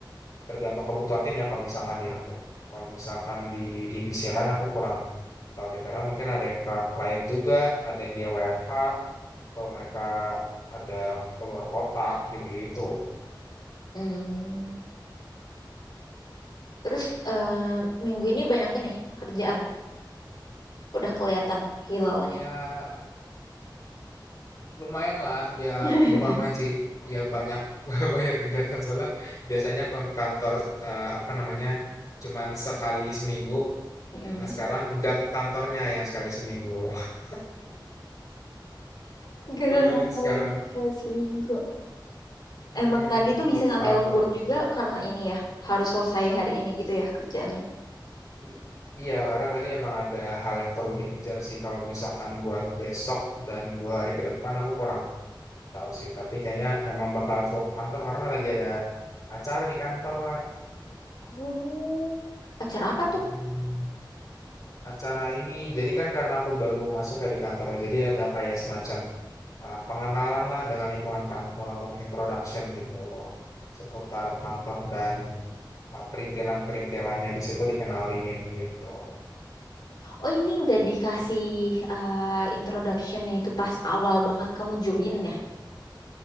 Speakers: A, on the left; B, on the left.
A: Tergantung kebutuhan tim ya kalau misalkan di aku. Kalau misalkan di divisi lain aku kurang tahu deh karena mungkin ada yang ke klien juga, ada yang dia WFH, kalau mereka ada keluar kota gitu-gitu.
B: Hmm. Terus eh, minggu ini banyak ini kerjaan. Udah kelihatan hilalnya.
A: Ya lumayan lah, ya
B: <laughs>
A: bukan lumayan sih. Ya banyak <laughs> banyak kegiatan soalnya biasanya aku ke kantor eh, apa namanya cuman sekali seminggu
B: Mm.
A: Nah, sekarang nggak ke kantornya yang sekali seminggu. <laughs>
B: Gagal
A: Kebalik
B: kantornya
A: sekarang.
B: kalau seminggu.
A: Hmm,
B: Emang tadi tuh
A: ke
B: bisa sampai
A: kantor
B: lembur
A: aku.
B: juga karena ini ya. Harus selesai hari ini gitu ya kerjaannya.
A: I- iya, karena tadi emang ada hal yang perlu dikejar sih. Kalau misalkan buat besok dan dua hari ke depan aku kurang tahu sih. Tapi kayaknya emang bakal vlog kantor karena lagi ada acara di kantor, Kak.
B: Oh, acara apa
A: Hmm,
B: tuh?
A: acara ini. Jadi kan karena aku baru masuk ya di kantor. Jadi ada kayak semacam eh, pengenalan lah dengan lingkungan kantor, introduction gitu seputar kantor dan eh, perintilan-perintilannya di situ dikenalin gitu.
B: Oh, ini nggak dikasih eh, introduction-nya itu pas awal banget kamu join ya.